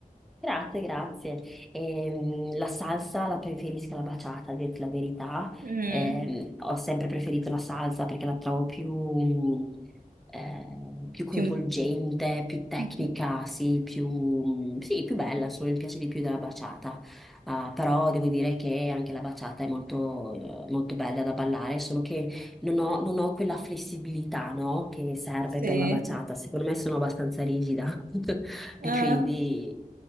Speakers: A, in the centre; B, on the right.
A: Grazie, grazie. Ehm, la salsa la preferisco la baciata, a dirti la verità.
B: Mm.
A: Ehm, ho sempre preferito la salsa perché la trovo più, mh, eh, più coinvolgente,
B: Più...
A: più tecnica,
B: Mhm.
A: sì, più, mh, sì, più bella, insomma, mi piace di più della baciata. Ah, però devo dire che anche la baciata è molto, eh, molto bella da ballare, solo che non ho, non ho quella flessibilità, no, che serve
B: Sì.
A: per la baciata. Secondo me sono abbastanza rigida. <laughs> E
B: Ah,
A: quindi